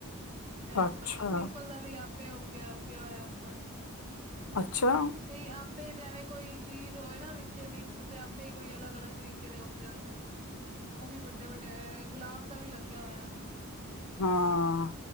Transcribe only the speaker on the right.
ਜੇਵੇ
ਪ ਪੀਪਲ ਦਾ ਵੀ ਆ ਪੇ ਓਗੇਆ ਉਗੇਆ ਹੋਏਆ ਓਪਰ।
ਕਈ ਆਪੇ ਜੈਵੇਂ ਕੋਈ ਚੀਜ਼ ਹੋਏ ਨਾ ਵਿੱਚ ਮਿਕਸ ਤੇ ਆਪੇ ਕੋਈ ਅਲਗ-ਅਲਗ ਤਰੀ ਕੇ ਦੇ ਉਗ ਜਾਂਦੇ ਨੇ, ਓਵੀ ਵੱਡੇ-ਵੱਡੇ ਐ ਗੁਲਾਬ ਦਾ ਵੀ ਲੱਗੇਆ ਹੋਏਆ।